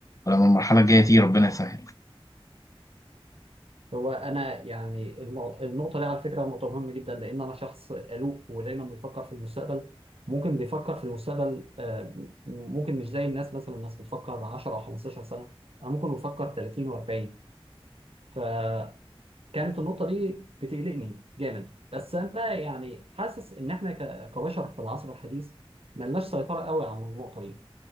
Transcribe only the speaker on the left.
ولما المرحله الجايه تيجي ربنا يسهل